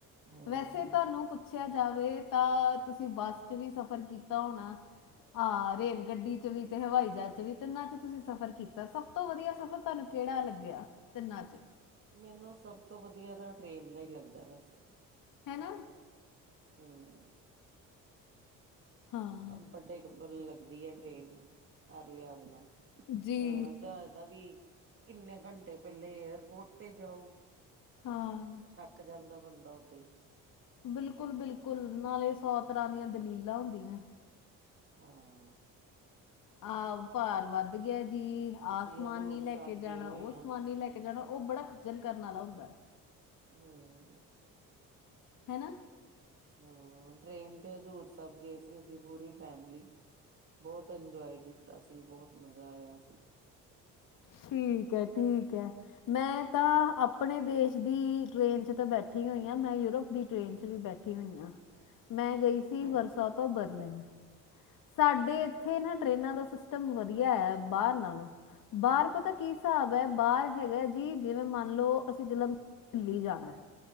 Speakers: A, on the right; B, on the left.
A: ਹਾਂ
B: ਵੈਸੇ ਤੁਹਾਨੂੰ ਪੁੱਛਿਆ ਜਾਵੇ ਤਾਂ ਤੁਸੀਂ ਬੱਸ ਚ ਵੀ ਸਫ਼ਰ ਕੀਤਾ ਹੋਣਾ। ਹਾਂ ਰੇਲ ਗੱਡੀ ਚ ਵੀ, ਤੇ ਹਵਾਈ ਜਹਾਜ਼ ਚ ਵੀ, ਤਿੰਨਾਂ ਚ ਤੁਸੀਂ ਸਫ਼ਰ ਕੀਤਾ ਸੀ। ਸਭ ਤੋਂ ਵਧੀਆ ਸਫ਼ਰ ਤੁਹਾਨੂੰ ਕਿਹੜਾ ਲੱਗਿਆ ਤਿੰਨਾਂ ਚੋ?
A: ਮੈਨੂੰ ਸਭ ਤੋਂ ਵਧੀਆ ਤਾਂ ਟ੍ਰਰੇਨ ਦਾ ਹੀ ਲੱਗਦਾ ਵੈਸੇ।
B: ਹੈ ਨਾ।
A: ਹੂੰ।
B: ਹਾਂ।
A: ਕੰਫਰਟੇਬਲ ਲੱਗਦੀ ਹੈ ਟ੍ਰੇਨ, ਹਰ ਲਿਆਜ ਨਲ। ਅ
B: ਜੀ
A: ਜਾਦਾ ਵੀ ਕਿੰਨੇ ਘੰਟੇ ਪਹਿਲੇ ਏਅਰਪੋਰਟ ਤੇ ਜਾਓ।
B: ਹਾਂ।
A: ਥੱਕ ਜਾਂਦਾ ਬੰਦਾ ਓਦਾ ਹੀ।
B: ਬਿਲਕੁਲ -ਬਿਲਕੁਲ ਨਾਲੇ ਸੌ ਤਰਾਂ ਦੀਆਂ ਦਲੀਲਾਂ ਹੁੰਦੀਆਂ।
A: ਹਾਂ।
B: ਆਹ ਭਾਰ ਵੱਧ ਗਿਆ ਜੀ। ਆ
A: ਅਸੀਂ
B: ਸਮਾਨ
A: ਹਜ਼ੂਰ
B: ਨੀ ਲੈ
A: ਸਾਹਿਬ
B: ਕੇ
A: ਗਏ
B: ਜਾਣਾ,
A: ਹੋਏ
B: ਉਹ
A: ਹਾਂ
B: ਸਮਾਨ ਨੀ ਲੈ ਕੇ। ਜਣਾ ਉਹ ਬੜਾ ਖੱਜਲ ਕਰਨ ਵਾਲਾ ਹੁੰਦਾ।
A: ਹੂੰ।
B: ਹੈ ਨਾ।
A: ਹੂੰ, ਟ੍ਰੇਨ ਤੇ ਹਜ਼ੂਰ ਸਭ ਗਏ ਸੀ, ਅਸੀਂ ਪੂਰੀ ਫੈਮਿਲੀ। ਬਹੁਤ ਇੰਜੋਏ ਕੀਤਾ ਸੀ, ਬਹੁਤ ਮਜ਼ਾ ਆਇਆ ਸੀ।
B: ਠੀਕ ਹੈ- ਠੀਕ ਹੈ ਮੈਂ ਤਾਂ ਆਪਣੇ ਦੇਸ਼ ਦੀ। ਟ੍ਰੇਨ ਚ ਤਾਂ ਬੈਠੀ ਹੋਈ ਹਾਂ, ਮੈਂ ਯੂਰਪ ਦੀ ਟ੍ਰੇਨ ਚ ਵੀ ਬੈਠੀ ਹੋਈ ਹਾਂ। ਮੈਂ ਗਈ ਸੀ
A: ਹੂੰ,
B: ਵਰਸਾ ਤੋਂ ਬਰਲਿਨ। ਸਾਡੇ ਇੱਥੇ ਨਾ ਟਰੇਨਾਂ ਦਾ ਸਿਸਟਮ ਵਧੀਆ ਹੈ। ਬਾਹਰ ਨਾਲੋਂ, ਬਾਹਰ ਪਤਾ ਕੀ ਹਿਸਾਬ ਹੈ, ਬਾਹਰ ਹੈਗਾ ਜੀ ਜਿਵੇਂ ਮੰਨਲਓ, ਅਸੀਂ ਜ ਦਿੱਲੀ ਜਾਣਾ।